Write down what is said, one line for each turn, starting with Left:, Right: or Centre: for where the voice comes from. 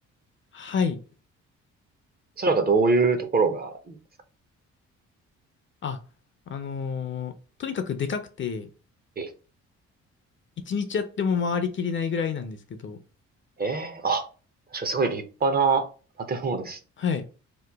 Left: はい。
Right: それなんかどういうところがいい、
Left: あ、あのーとにかくでかくて、
Right: え
Left: 一日やっても回りきれないぐらいなんですけど、
Right: えええあ、確かにすごい立派な建物です。
Left: はい。